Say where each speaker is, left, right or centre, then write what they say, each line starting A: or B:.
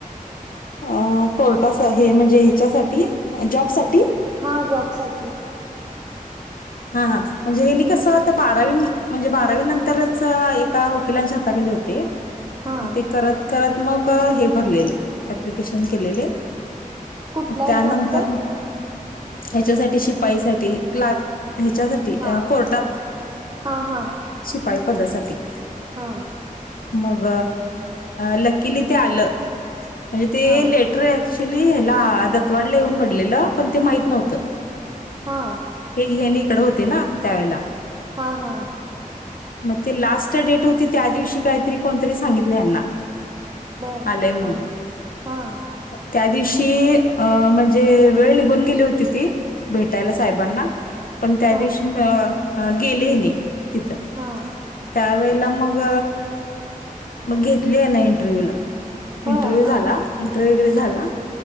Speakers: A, on the left; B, on the right.
A: अ कोर्टाचं हे म्हणजे ह्याच्यासाठी जॉबसाठी?
B: हा जॉबसाठी?
A: हा हा म्हणजे हे न कसं आता बारावी म्हणजे बारावी नंतरच एका वकिलांच्या हाताखाली होतें.
B: हा
A: ते करत करत मग हे भरलेलं ॲप्लिकेशन केलेले.
B: कुठल्या
A: त्यानंतर
B: एक्झामच
A: मग ह्याच्यासाठी शिपाई साठी क्लार्क ह्याच्यासाठी
B: हा
A: कोर्टात
B: हा हा
A: शिपाई पदासाठी
B: हा.
A: मग लकीली ते आलं म्हणजे ते
B: हा
A: लेट रे ऍक्च्युली ह्याला दतवाडला येऊन पडलेलं पण ते माहित नव्हतं.
B: हा.
A: हे ह्याणी कडे होते ना त्यावेेळेला.
B: हा हा‌
A: मग ते लास्ट डेट होती त्या दिवशी काहीतरी कोणतरी सांगितलं यांना.
B: बर
A: आलेय म्हणून.
B: हा हा
A: त्या दिवशी अ म्हणजे वेळ निघून गेली होती ती. भेटायला साहेबांना पण त्या
B: हा
A: दिवशी म गेले नाही तिथं
B: हा.
A: त्या वेळेला मग मग घेतली ह्याना इंटरव्ह्यू ला
B: होय
A: इंटरव्ह्यू
B: हा
A: झाला इंटरव्ह्यू झाला.
B: हा